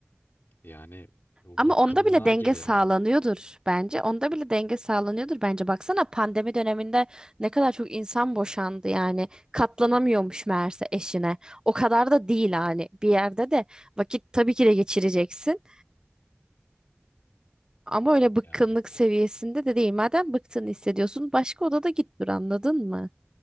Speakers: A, on the left; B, on the right.
A: yani bu
B: Ama
A: bıkkınlığa
B: onda bile denge
A: gelir
B: sağlanıyordur
A: o.
B: bence. Onda bile denge sağlanıyordur bence. Baksana pandemi döneminde ne kadar çok insan boşandı yani. Katlanamıyormuş meğerse eşine. O kadar da değil hani. Bir yerde de vakit tabii ki de geçireceksin. Ama öyle bıkkınlık
A: Ya evet.
B: seviyesinde de değil. Madem bıktığını hissediyorsun başka odada git dur anladın mı?